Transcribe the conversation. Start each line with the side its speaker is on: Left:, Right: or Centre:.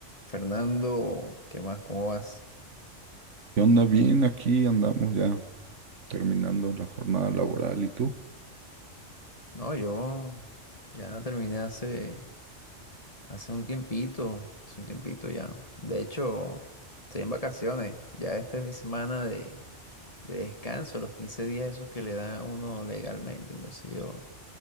Left: Fernando, ¿qué más? ¿Cómo vas?
Right: ¿Qué onda? Bien, aquí andamos ya terminando la jornada laboral. ¿Y tú?
Left: No, yo ya terminé hace, hace un tiempito, hace un tiempito ya. De hecho, estoy en vacaciones. Ya esta es mi semana de, de descanso, los 15 días esos que le da a uno legalmente. Entonces yo